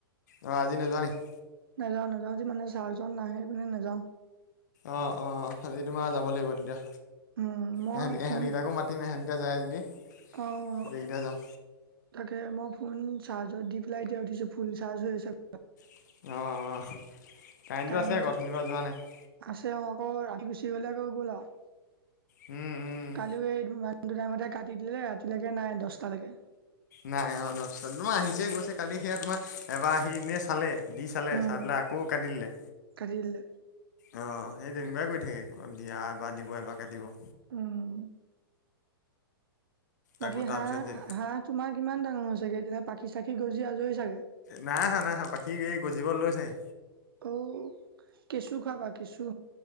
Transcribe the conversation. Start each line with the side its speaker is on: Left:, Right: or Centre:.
Left: অ', আজি নোযোৱা নেকি?
Right: নাযাওঁ নাযাওঁ আজি মানে ছাৰজন নাহে বোলে নাযাওঁ।
Left: অ', অ', অ' আজি তোমাৰ যাব লাগিব তেতিয়া
Right: উম মই
Left: এহেত এহেতকিতাকো
Right: ফোন
Left: মাতি মাতিম ইহঁত কেইটা যায় যদি।
Right: অ'
Left: গোটেইকেইটা যাম
Right: তাকে মই ফোন চাৰ্জত দি পেলাই এতিয়া উঠিছো ফুল চাৰ্জ হৈ আছে
Left: অ', অ' কাৰেণ্টো আছে আকৈ অথনিৰ
Right: কাৰেণ্ট
Left: পৰা
Right: নাথা
Left: যোৱা নাই।
Right: আছে অ' আকৌ ৰাতি গুচি গলে আকৌ গ'ল আৰু
Left: উম', উম'
Right: কালিও এই ইমানটো টাইমতে কাটি দিলে ৰাতিলৈকে নাই দহটালৈকে।
Left: নাই অঁ' দহটা তোমাৰ আহিছে গৈছে কালি সেয়া তোমাৰ এবাৰ আহি এনেই চালে দি চালে
Right: উম
Left: চাই পেলাই আকৌ কাট দিলে।
Right: কাটি দিলে
Left: অ' সেই তেনেকুৱাই কৰি থাকে দিয়া এবাৰ দিব এবাৰ কাটিব।
Right: উম'
Left: আকৌ
Right: বাকী
Left: তাৰপিছত
Right: হাঁহ
Left: যেন
Right: হাঁহ তোমাৰ কিমান ডাঙৰ হৈছেগৈ তেতিয়া পাখি চাখি গজি আজৰি চাগৈ।
Left: নাই আহা নাই আহা পাখি এই গজিব লৈছেহে।
Right: অ' কেঁচু খাবা কেঁচু।